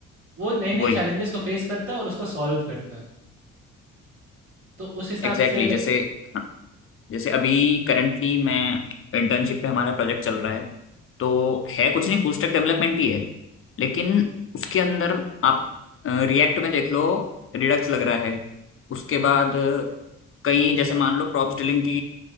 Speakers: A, on the right; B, on the left.
A: वो नए नए
B: वही
A: चैलेंजेस को फेस करता है और उसको सॉल्व करता है तो उस हिसाब
B: एग्जैक्टली
A: से
B: exactly, जैसे हाँ, जैसे अभी करंटली मैं इंटर्नशिप पे हमारा प्रोजेक्ट चल रहा है तो है कुछ नहीं फुल स्टैक डेवलपमेंट ही है लेकिन उसके अंदर आप रिएक्ट में देख लो रिडक्स लग रहा है उसके बाद कई जैसे मान लो प्रॉप्स डीलिंग की